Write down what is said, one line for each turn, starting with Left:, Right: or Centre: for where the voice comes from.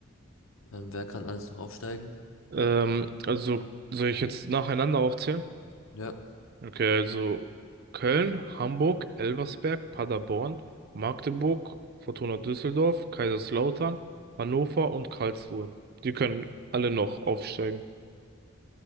Left: Ähm, wer kann alles noch aufsteigen?
Right: Ähm, also soll ich jetzt nacheinander aufzählen?
Left: Ja.
Right: Okay, also Köln, Hamburg, Elversberg, Paderborn, Magdeburg, Fortuna Düsseldorf, Kaiserslautern, Hannover und Karlsruhe. Die können alle noch aufsteigen.